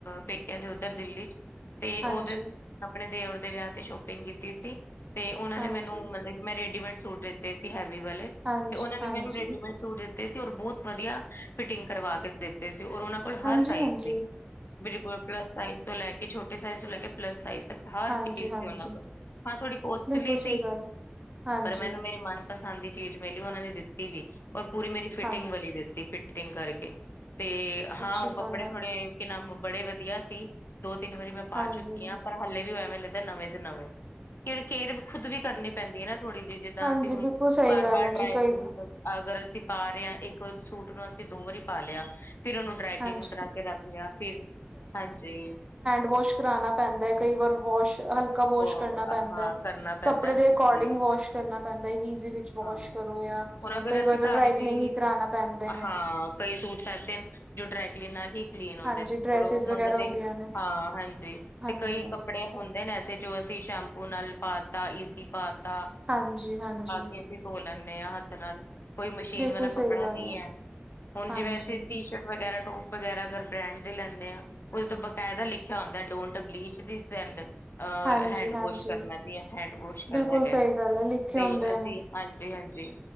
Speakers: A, on the left; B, on the right.
A: ਪੇਕਿਆਂ ਦੇ ਉੱਧਰ ਦਿੱਲੀ 'ਚ। ਤੇ
B: ਹਾਂਜੀ
A: ਉਹਦੇ ਆਪਣੇ ਦਿਓਰ ਦੇ ਵਿਆਹ ਤੇ ਸ਼ੌਪਿੰਗ ਕੀਤੀ ਸੀ ਤੇ ਉਹਨਾਂ
B: ਹਾਂਜੀ
A: ਨੇ ਮੈਨੂੰ ਮਤਲਬ। ਮੈਂ ਰੈਡੀਮੇਡ ਸੂਟ ਦਿੱਤੇ ਸੀ ਹੈਵੀ ਵਾਲੇ
B: ਹਾਂਜੀ
A: ਤੇ ਉਹਨਾਂ ਨੇ
B: ਹਾਂਜੀ
A: ਮੈਨੂੰ। ਰੈਡੀਮੇਡ ਸੂਟ ਦਿੱਤੇ ਸੀ ਔਰ ਬਹੁਤ ਵਧੀਆ ਫਿਟਿੰਗ ਕਰਵਾ ਕੇ ਦਿੱਤੇ ਸੀ ਔਰ ਉਹਨਾਂ। ਔਰ
B: ਹਾਂਜੀ
A: ਹਰ ਸਾਈਜ਼
B: ਹਾਂਜੀ
A: ਦੇ ਬਿਲਕੁਲ, ਪਲੱਸ ਸਾਈਜ਼ ਤੋਂ ਲੈ ਕੇ ਛੋਟੇ ਸਾਈਜ਼ ਤੋਂ ਲੈ ਕੇ ਪਲੱਸ ਸਾਈਜ਼ ਤੱਕ। ਹਰ
B: ਹਾਂਜੀ
A: ਚੀਜ਼
B: ਹਾਂਜੀ
A: ਸੀ ਉਹਨਾਂ ਕੋਲ, ਹਾਂ ਥੋੜ੍ਹੀ ਕਾਸਟਲੀ
B: ਬਿਲਕੁਲ ਸਹੀ
A: ਸੀ
B: ਗੱਲ ਹਾਂਜੀ
A: ਪਰ ਮੈਨੂੰ ਮੇਰੇ ਮਨ। ਪਸੰਦ ਦੀ ਚੀਜ਼ ਮਿਲੀ, ਉਹਨਾਂ ਨੇ ਦਿੱਤੀ ਵੀ ਔਰ ਪੂਰੀ ਮੇਰੀ ਫਿਟਿੰਗ
B: ਹਾਂਜੀ
A: ਵਾਲੀ ਦਿੱਤੀ। ਫਿਟਿੰਗ ਕਰਕੇ ਤੇ ਹਾਂ
B: ਅੱਛੀ
A: ਉਹ ਕੱਪੜੇ
B: ਗੱਲ ਹੈ
A: ਥੋੜ੍ਹੇ ਕਿ ਨਾਮ ਬੜੇ ਵਧੀਆ ਸੀ। ਦੋ ਤਿੰਨ ਵਾਰੀ ਮੈਂ ਪਾ
B: ਹਾਂਜੀ
A: ਚੁੱਕੀ ਆਂ ਪਰ। ਹਾਲੇ ਵੀ ਹੋਏ ਨੇ ਨਵੇਂ ਦੇ ਨਵੇਂ, ਕੇਅਰ ਖੁਦ ਵੀ ਕਰਨੀ ਪੈਂਦੀ ਏ ਨਾ ਥੋੜੀ ਜਿਹੀ। ਜਿੱਦਾਂ
B: ਹਾਂਜੀ
A: ਅਸੀਂ ਹੁਣ
B: ਬਿਲਕੁਲ ਸਹੀ
A: ਬਾਰ
B: ਗੱਲ
A: ਬਾਰ
B: ਹੈ
A: ਡਰਾਈ
B: ਜੀ ਕਈ
A: ਕਲੀਨ। ਅਗਰ ਅਸੀਂ ਪਾ ਰਹੇ ਹਾਂ ਇੱਕ ਸੂਟ ਨੂੰ, ਅਸੀਂ ਦੋ ਵਾਰੀ ਪਾ ਲਿਆ ਫਿਰ ਉਹਨੂੰ। ਡਰਾਈ
B: <inaudible>
A: ਕਲੀਨ
B: ਹੈਂਡ
A: ਕਰਾ ਕੇ ਰੱਖ ਲਿਆ ਫਿਰ ਹਾਂਜੀ
B: ਵਾਸ਼ ਕਰਾਣਾ ਪੈਂਦਾ ਕਈ ਵਾਰ ਵਾਸ਼ ਹੇਲ ਵਾਸ਼
A: ਉਹ
B: ਕਰਨਾ ਪੈਂਦਾ
A: ਹਾਂ
B: ਹੈ
A: ਕਰਨਾ
B: ਕੱਪੜੇ
A: ਪੈਂਦਾ ਹਾਂਜੀ
B: ਦੇ ਅਕੋਰਡਿੰਗ ਵੋਸ਼ ਕਰਨਾ ਪੈਂਦਾ ਹੈ ਵਿੱਚ ਵਾਸ਼
A: ਹਾਂ
B: ਕਰੋ ਜਾਂ
A: ਹੁਣ ਅਗਰ
B: ਕਈ
A: ਅਸੀਂ
B: ਵਾਰ ਤਾਂ
A: ਘਰ
B: ਟ੍ਰੈਕਲਿੰਗ
A: ਵੀ
B: ਹੀ ਕਰਾਉਣਾ ਪੈਂਦੇ ਨੇ।
A: ਹਾਂ ਕਈ ਸੂਟਸ ਐਸੇ ਨੇ ਜੋ ਡਰੈਕਲੀਨ ਨਾਲ ਹੀ ਕਲੀਨ ਹੁੰਦੇ
B: ਹਾਂਜੀ
A: ਨੇ
B: ਡਰੈਸਿਸ
A: ਔਰ ਉਹ
B: ਵਗੈਰਾ
A: ਮੰਗਦੇ
B: ਹੁੰਦੀਆਂ ਨੇ
A: ਹਾਂ ਹਾਂਜੀ
B: ਹਾਂਜੀ
A: ਤੇ ਕਈ ਕੱਪੜੇ ਹੁੰਦੇ ਨੇ ਐਸੇ ਜੋ ਅਸੀਂ ਸ਼ੈਂਪੂ ਨਾਲ ਪਾ ਤਾ ਈਜ਼ੀ ਪਾ ਤਾ।
B: ਹਾਂਜੀ ਹਾਂਜੀ,
A: ਕਿ ਅਸੀਂ ਧੋ ਲੈਂਦੇ ਹਾਂ ਹੱਥ ਨਾਲ ਕੋਈ ਮਸ਼ੀਨ
B: ਬਿਲਕੁਲ
A: ਵਾਲਾ ਕੱਪੜਾ
B: ਸਹੀ ਗੱਲ
A: ਨੀ
B: ਹੈ
A: ਐ। ਹੁਣ
B: ਹਾਂਜੀ
A: ਜਿਵੇਂ ਅਸੀਂ ਟੀ ਸ਼ਰਟ ਵਗੈਰਾ ਟੋ ਪ ਵਗੈਰਾ ਅਗਰ ਬ੍ਰੈਂਡ ਦੇ ਲੈਂਦੇ ਆ ਉਹਦੇ ਤੋਂ ਬਕਾਇਦਾ ਲਿਖਿਆ ਹੁੰਦਾ ਡੋਂਟ ਬਲੀਚ ਅਹ
B: ਹਾਂਜੀ
A: ਹੈਂਡ
B: ਹਾਂਜੀ
A: ਵੋਸ਼ ਕਰਨਾ ਵੀ ਹੈ ਹੈਂਡਵੋਸ਼
B: ਬਿਲਕੁਲ
A: ਹੈਗਾ
B: ਸਹੀ ਗੱਲ ਹੈ ਲਿਖੇ
A: ਤੇ
B: ਹੁੰਦੇ
A: ਅਸੀਂ
B: ਨੇ
A: ਹਾਂਜੀ ਹਾਂਜੀ,